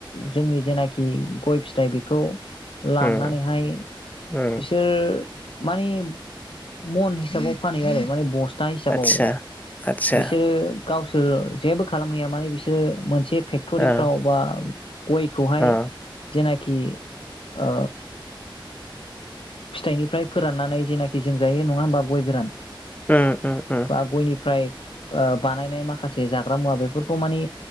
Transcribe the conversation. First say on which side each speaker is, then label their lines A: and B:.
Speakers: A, on the left; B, on the left.
A: जोंनि जेनाखि गय फिथाइ बेखौ लांनानैहाय
B: उम उम
A: बिसोर माने मन हिसाबाव फान हैयो आरो माने बस्था था हिसाबाव
B: आतसा आतसा
A: बिसोरो गावसोर जेबो खालामहैया माने बिसोरो मोनसे फेक्ट'रिफ्राव
B: ओ
A: बा गयखौहाय
B: ओ
A: जेना कि ओ फिथाइनिफ्राय फोराननानै जेनाखि जों जायो नङा होमबा गय गोरान
B: उम उम उम
A: बा गयनि फ्राय ओ बानायनाय माखासे जाग्रा मुवा बेफोरखौ मानि